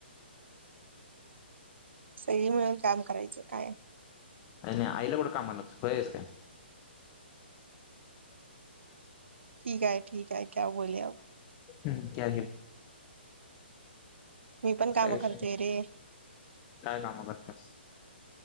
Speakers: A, on the right; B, on the left.
A: सगळे मिळून काम करायचं काय,
B: ये नाही आईला कुठं कामाला लावतीस खुळी आहेस काय.
A: ठीक आहे, ठीक आहे क्या बोले आप.
B: <unintelligible> कसा
A: मी पण कामं
B: विषय
A: करते
B: आहे,
A: रे
B: काय काम करत्यास.